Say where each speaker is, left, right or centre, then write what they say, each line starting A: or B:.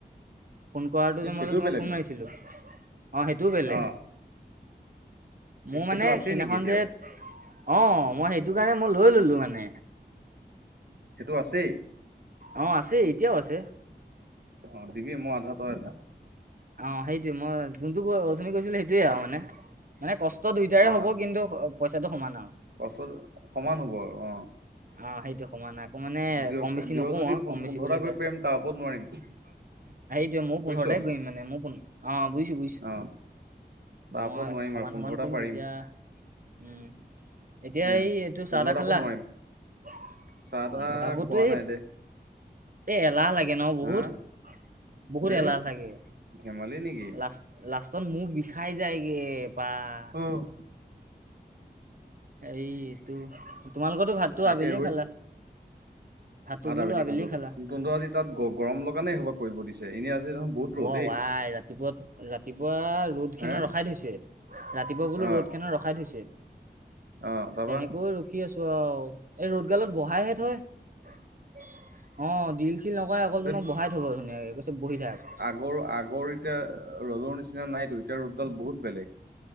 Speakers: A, on the right (about 55°); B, on the right (about 70°).
A: ফোন কৰাটো
B: কি
A: যে
B: সেইটোও
A: মই যে তোমাক
B: বেলেগ
A: ফোন
B: নেকি
A: মাৰিছিলোঁ, অ', সেইট টো বেলেগ।
B: অ
A: মোৰ মানে
B: সেইটো আছেই
A: সিদিনাখন
B: নেকি এতিয়াও
A: যে, অ', মই সেইটো কাৰণে মই লৈ ল'লো। মানে।
B: সেইটো আছেই।
A: অ', আছে, এতিয়াও আছে।
B: অ', দিবি মই আধা তই আধা।
A: অ', সেইটোৱে মই যোনটো ক, অথনি কৈছিলোঁ সেইটোয়ে আৰু মানে। মানে কষ্ট দুইটাৰে
B: অ
A: হ'ব কিন্তু পইচাটো সমান আৰু।
B: পাছত সমান হ'ব আৰু অ
A: অ', সেইটো সমানে আকৌ মানে
B: দিয়
A: কম বেছি
B: দিয়
A: নকৰোঁ
B: যদি
A: আৰু কম
B: পোন্ধৰটা
A: বেছি কৰিলে
B: কৰিব
A: বেয়া।
B: পাৰিম তাৰ ওপৰত নোৱাৰিম
A: সেইটোয়ে ময়ো
B: বুজিছ
A: পোন্ধৰটায়ে কৰিম মানে মই পোন, অ', বুজিছোঁ, বুজিছোঁ।
B: অ তাৰ
A: মই
B: ওপৰত নোৱাৰিম
A: সমান
B: আৰু পোন্ধৰটা
A: সমান কৰিম,
B: পাৰিম
A: তেতিয়া উম। এতিয়া
B: উম
A: এই এইটো
B: পোন্ধৰটা
A: চাহ তাহ খালা?
B: ওপৰত নোৱাৰিম
A: পোন্ধৰটাৰ
B: চাহ তাহ
A: ওপৰততো
B: খোৱা
A: এই
B: নাই দে
A: এ এলাহ লাগে ন বহুত?
B: হা
A: বহুত
B: এই
A: এলাহ লাগে।
B: ধেমালি নিক
A: লাষ্ট, লাষ্টত মুখ বিষাই যায়গে বাহ।
B: অ'।
A: এই এইটো, তোমালোকৰটো ভাতটো
B: তাকে
A: আবেলিয়ে
B: ঐ
A: খালা? ভাতটো
B: ভাত
A: বোলো
B: আবেলি খালোঁ,
A: খালা
B: কিন্তু আজি তাত গ গৰম লগা নাই সেইসবা কৰিব দিছে, ই আজি দেখোন বহুত
A: উও
B: ৰ'দ দেই।
A: আই ৰাতিপুৱা, ৰাতিপুৱা ৰ'দ
B: হে
A: খনত ৰখাই থৈছে। ৰাতিপুৱা বোলো
B: অ
A: ৰ'দ খেনত ৰখাই থৈছে,
B: অ তাৰপা
A: তেনেকৈ ৰখি আছোঁ আও, এই ৰ'দগালত বহাইহে থয়, অ'। ৰীল চিল নকৰে, অকল
B: ধেত
A: তোমাক বহাই থ'ব ধুনীয়াকে, কৈছে বহি থাক।
B: মোৰ আগৰ এতিয়া লগৰ নিচিনা নাইতো। এতিয়া ৰ'দডাল বহুত বেলেগ,